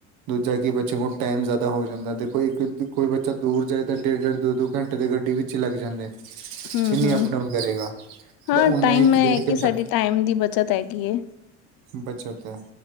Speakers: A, on the right; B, on the left.
A: ਦੂਜਾ ਕਿ ਬੱਚੇ ਕੋਲ ਟਾਈਮ ਜ਼ਿਆਦਾ ਹੋ ਜਾਂਦਾ, ਦੇਖੋ ਇੱਕ ਕੋਈ ਬੱਚਾ ਦੂਰ ਜਾਏ ਤਾਂ ਡੇਢ-ਡੇਢ, ਦੋ-ਦੋ ਘੰਟੇ ਦੇ ਗੱਡੀ ਵਿੱਚ ਚ ਲੱਗ ਜਾਂਦੇ।
B: ਹੂੰ-ਹੂੰ।
A: ਕਿੰਨੀ ਅਪ ਡਾਊਨ ਕਰੇਗਾ
B: ਹਾਂ
A: ਤਾਂ ਓਨਾ
B: ਟਾਈਮ
A: ਹੀ ਇੱਕ
B: ਏ
A: ਡੇਢ
B: ਕਿ
A: ਘੰਟਾ
B: ਸਾਡੀ ਟਾਈਮ ਦੀ ਬੱਚਤ ਹੈਗੀ ਐਂ।
A: ਬਚਤ ਏ